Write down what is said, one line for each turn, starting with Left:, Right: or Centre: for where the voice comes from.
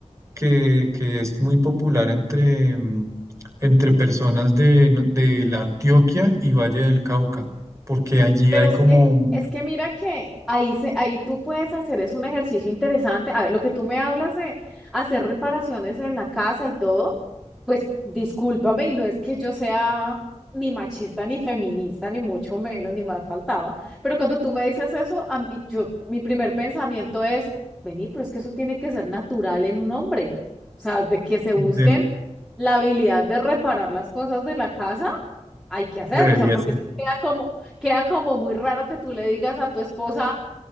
Right: que, que es muy popular entre, mm, entre personas de, no- de la Antioquia y Valle del Cauca, porque allí
Centre: Pero
Right: hay
Centre: es
Right: como,
Centre: que,
Right: un-
Centre: es que mira que ahí, se, ahí tú puedes hacer, es un ejercicio interesante. A ver, lo que tú me hablas de hacer reparaciones en la casa y todo, pues discúlpame, y no es que yo sea ni machista, ni feminista, ni mucho menos, ni más faltaba. Pero cuando tú me dices eso, a mí- yo, mi primer pensamiento es, vení, pero es que eso tiene que ser natural en un hombre. O sea, de que se busquen
Right: de-
Centre: la habilidad de reparar las cosas de la casa hay que hacerlo,
Right: debería
Centre: o sea, porque
Right: ser,
Centre: es que queda como, queda como muy raro que tú le digas a tu esposa,